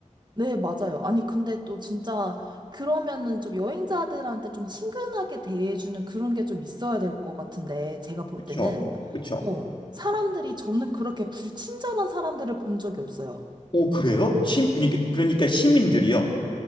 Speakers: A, on the right (about 35°); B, on the left (about 40°).
A: 네, 맞아요. 아니, 근데 또 진짜 그러면은 좀 여행자들한테 좀 친근하게 대해주는 그런 게 좀 있어야 될 것 같은데, 제가 볼
B: 그쵸?
A: 때는,
B: 그쵸?
A: 어, 사람들이 저는 그렇게 불친절한 사람들을 본 적이 없어요.
B: 오, 그래요? 시, 그러니까, 그러니까 시민들이요.